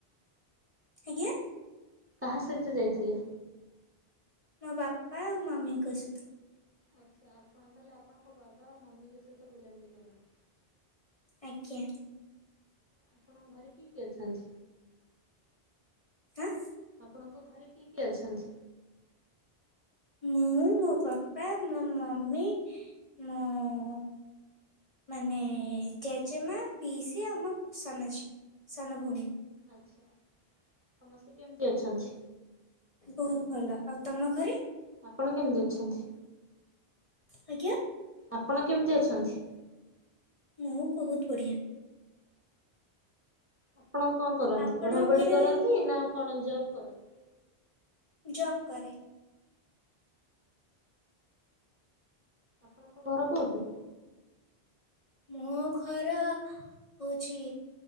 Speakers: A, on the left (about 45°); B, on the right (about 20°).
A: ଆଜ୍ଞା।
B: କାହା ସହିତ ଯାଇଥିଲେ?
A: ମୋ ବାପା ଆଉ ମାମି ଙ୍କ ସହିତ।
B: ଆଚ୍ଛା ଆପଣ ତାହେଲେ ଆପଣଙ୍କ ବାବା ଆଉ ମମିଙ୍କ ସହିତ ବୁଲାବୁଲି କରନ୍ତି।
A: ଆଜ୍ଞା।
B: ଆପଣଙ୍କ ଘରେ କିଏ କିଏ ଅଛନ୍ତି
A: ଆଁ
B: ଆପଣଙ୍କ ଘରେ କିଏ କିଏ ଅଛନ୍ତି?
A: ମୁଁ ମୋ ବାପା ମୋ ମମି ମୋ ମାନେ ଜେଜେମା ପିଇସି ଆମ ସାନଝିଅ ସାନ ଭଉଣୀ
B: ଆଚ୍ଛା ସମସ୍ତେ କେମିତି ଅଛନ୍ତି?
A: ବହୁତ ଭଲ ଆଉ ତମ ଘରେ।
B: ଆପଣ କେମିତି ଅଛନ୍ତି?
A: ଆଜ୍ଞା
B: ଆପଣ କେମିତି ଅଛନ୍ତି?
A: ମୁଁ ବହୁତ ବଢିଆ।
B: ଆପଣ କଣ କରନ୍ତି
A: ଆପଣଙ୍କ
B: ପଢାପଢି
A: ଘରେ
B: କରନ୍ତି ନା କଣ ଜବ କରନ୍ତି?
A: ଜବ କରେ।
B: ଆପଣଙ୍କ ଘର କୋଉଠି?
A: ମୋ ଘର ହଉଛି